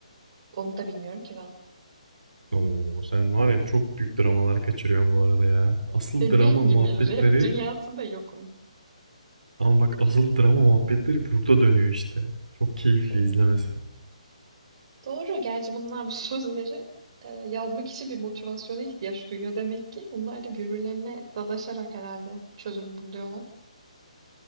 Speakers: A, on the right; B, on the right.
A: Onu da bilmiyorum ki ben.
B: Oo sen var ya çok büyük dramalar kaçırıyorsun bu arada ya. Asıl
A: Dediğim
B: drama muhabbetleri
A: gibi rap dünyasında yokum.
B: Ama bak asıl drama muhabbetleri burada dönüyor işte. Çok keyifli
A: Hmm.
B: izlemesi.
A: Doğru. Gerçi bunlar bu <laughs> sözleri e, yazmak için bir motivasyona ihtiyaç duyuyor demek ki. Bunlar da birbirlerine dadaşarak herhalde çözüm buluyorlar.